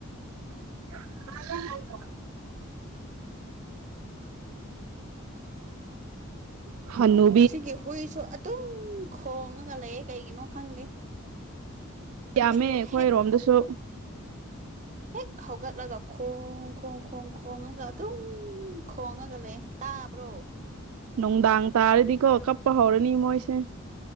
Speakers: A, on the right (about 85°); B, on the right (about 35°).
A: <unintelligible> ꯍꯅꯨ
B: ꯁꯤꯒꯤ ꯍꯨꯏꯁꯨ ꯑꯗꯨꯝ ꯈꯣꯡꯉꯒ ꯂꯩꯌꯦ ꯀꯩꯒꯤꯅꯣ ꯈꯪꯗꯦ
A: ꯌꯥꯝꯃꯦ
B: ꯑꯌꯨꯛ
A: ꯑꯩꯈꯣꯏ
B: ꯍꯦꯛ
A: ꯔꯣꯝꯗꯁꯨ
B: ꯍꯦꯛ ꯍꯧꯒꯠꯂꯒ ꯈꯣꯡ ꯈꯣꯡ ꯈꯣꯡ ꯈꯣꯡꯉꯒ ꯑꯗꯨꯝ ꯎꯝ ꯈꯣꯡꯉꯒ ꯂꯩ ꯇꯥꯕ꯭ꯔꯣ
A: ꯅꯨꯡꯗꯥꯡ ꯇꯥꯔꯗꯤꯀꯣ ꯀꯞꯄ ꯍꯧꯔꯅꯤ ꯃꯣꯏꯁꯦ